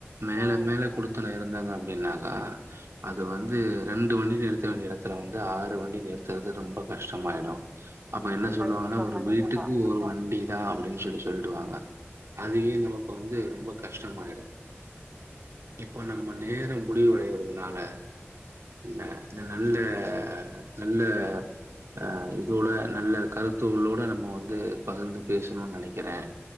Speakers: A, on the right; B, on the right.
A: மேல
B: ம்
A: மேல
B: ம்
A: குடுத்தன இருந்தாங்க அப்டின்னாக்கா அது வந்து ரெண்டு வண்டி நிறுத்த வேண்டிய எடத்துல வந்து ஆறு வண்டி நிறுத்துறது ரொம்ப கஷ்டமாயிடு அப்ப என்ன சொல்லுவாங்கனா
B: கண்டிப்பா
A: ஒரு
B: கண்டிப்பா
A: வீட்டுக்கு ஒரு வண்டி தா அப்டின்னு சொல்லி சொ ல்டுவாங்க அதுவே நமக்கு வந்து ரொம்ப கஷ்டமாயிடு இப்போ நம்ம நேர முடிவடையறதுனால இந்த இந்த நல்ல நல்ல அ இதோட நல்ல கருத்துளோட நம்ம வந்து பகிர்ந்து பேசுனோ நெனை க்கற